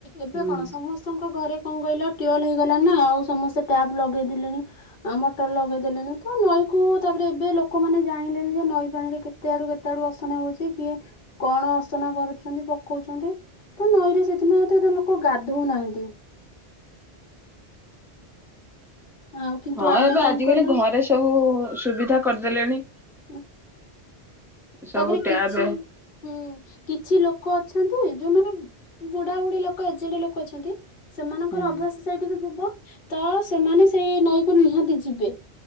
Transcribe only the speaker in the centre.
ହୁଁ।
ହଁ
ଏବେ ଆଜିକାଲି
ଘରେ ସ୍ ସବୁ ସୁବିଧା କରି ଦେଲେଣି।
ସବୁ
ଟ୍ୟାପେ
ହୁଁ